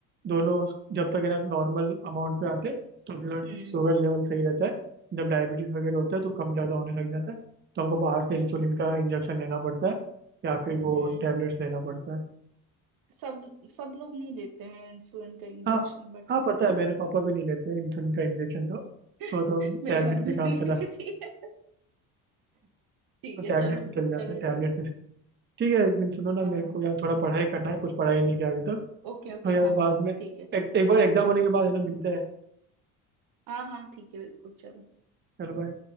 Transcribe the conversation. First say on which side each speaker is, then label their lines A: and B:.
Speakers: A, on the right (about 30°); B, on the right (about 60°).
A: दोनों जब तक है ना नॉर्मल अमाउंट पे आते तो ब्लड
B: हम्म
A: शुगर लेवल सही रहता है जब डायबिटीज वगैरह होता है तो कम ज़्यादा होने लग जाता है तो हमको बाहर से
B: हम्म
A: इंसुलिन का इंजेक्शन लेना पड़ता है या फिर वो
B: हम्म
A: टेबलेट्स लेना पड़ता है
B: सब सब लोग नहीं लेते हैं इंसुलिन का इंजेक्शन
A: हाँ
B: बट
A: हाँ
B: हाँ
A: पता है मेरे पापा भी नहीं लेते इंसुलिन का इंजेक्शन तो तो,
B: <laughs>
A: तो
B: मेरी
A: टैबलेट
B: मम्मी
A: से काम
B: भी नहीं
A: चला
B: देती है ठीक
A: तो टैबलेट
B: है चलो
A: से चल जाता
B: चलो
A: है टैबलेट
B: ठीक है
A: से ठीक है एक दिन सुनो ना
B: हाँ
A: मेरे
B: हाँ
A: को
B: हाँ
A: यार थोड़ा पढ़ाई करना है कुछ पढ़ाई नहीं किया अभी तक
B: ओके ओके हाँ okay, okay,
A: तो यार
B: हाँ
A: बाद
B: हाँ
A: में
B: ठीक है चलो
A: एक, एक बार एग्जाम होने के बाद है ना मिलते हैं
B: हाँ हाँ ठीक है बिल्कुल चलो
A: चलो बाय